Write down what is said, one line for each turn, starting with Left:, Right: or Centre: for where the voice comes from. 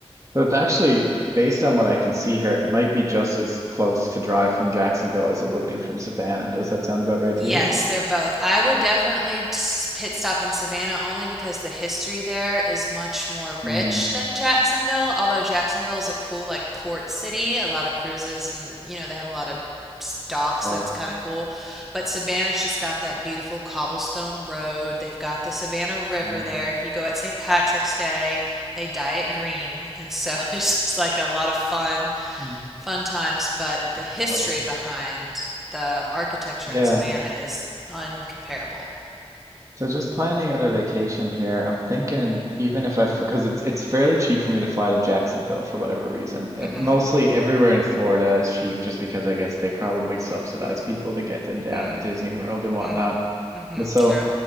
Right: So it's actually, based on what I can see here, it might be just as close to drive from Jacksonville as it would be from Savannah. Does that sound about right to
Centre: Yes,
Right: you?
Centre: they're both. I would definitely s- pit stop in Savannah only because the history there is much more
Right: Hmm,
Centre: rich than Jacksonville, although Jacksonville is a cool like port city, a lot of cruises and you know they have a lot of s- docks
Right: right,
Centre: that's kind of cool. But Savannah's just got that beautiful cobblestone road. They've got the Savannah River
Right: right.
Centre: there. If you go at St. Patrick's Day, they dye it green, and so <laughs> it's just like a lot of fun
Right: Mm,
Centre: fun times, but the
Right: That's
Centre: history
Right: total.
Centre: behind the architecture
Right: Yeah.
Centre: in Savannah is uncomparable.
Right: So just planning out a vacation here, I'm thinking even if I, because it's it's fairly cheap for me to fly to Jacksonville for whatever reason. It,
Centre: Mm-hmm.
Right: mostly everywhere in Florida is cheap just because I guess they probably subsidize people to get them down
Centre: Mm,
Right: to Disney World and whatnot.
Centre: mm, mm-hmm.
Right: But so
Centre: True.